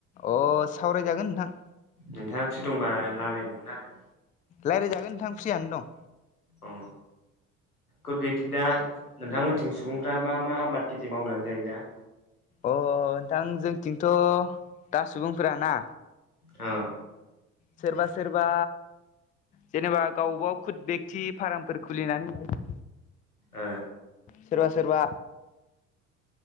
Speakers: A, on the left; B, on the left.
A: अ सावरायजागोन नोंथां।
B: नोंथाङा फ्रि दंबा रायलायगौमोन आरो।
A: रायज्लायजागोन नोंथां फ्रियानो दं।
B: औ। गुद बिदि दा नोंथांमोनथिं सुबुंफ्रा मा मा आबाद खेथि मावनानै जायो दा?
A: अ नोंथां जोंथिंथ' दा सुबुंफोराना
B: औ।
A: सोरबा सोरबा जेनेबा गाव गाव खुद बेक्ति फार्मफोर खुलिनानै जायो।
B: ओ।
A: सोरबा सोरबा